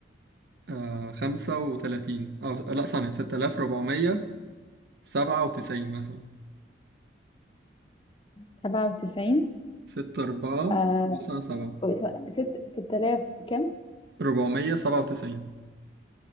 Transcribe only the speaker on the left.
97
<laughs> آه
وس- ست 6000 كم